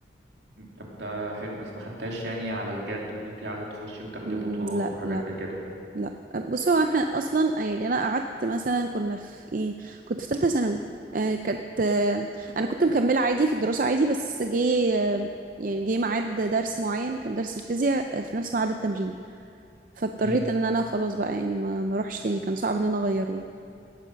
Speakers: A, on the right (about 70°); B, on the right (about 50°).
A: طب ده حلو بس ما خدتهاش يعني على الجد وان انت عايزة تخشي وتاخدي
B: مم،
A: بطولات
B: لا
A: وحاجات
B: لا
A: زي كده
B: لا بص هو احنا اصلا يعني انا قعدت مثلا كنا في ايه كنت في ثالثه ثانوي آه كانت آه انا كنت مكمله عادي في الدراسه عادي بس جه آه يعني جه ميعاد درس معين كان درس الفيزياء آه، في نفس ميعاد التمرين فاضطريت
A: مم.
B: ان انا خلاص بقى يعني ما ما اروحش تاني كان صعب ان انا اغيره يعني.